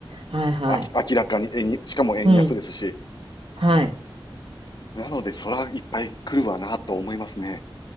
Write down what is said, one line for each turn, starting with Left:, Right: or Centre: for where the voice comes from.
Right: はいはい。
Left: あき、明らかに円、しかも円安ですし。
Right: うん。はい。
Left: なので、そらいっぱい来るわな、と思いますね。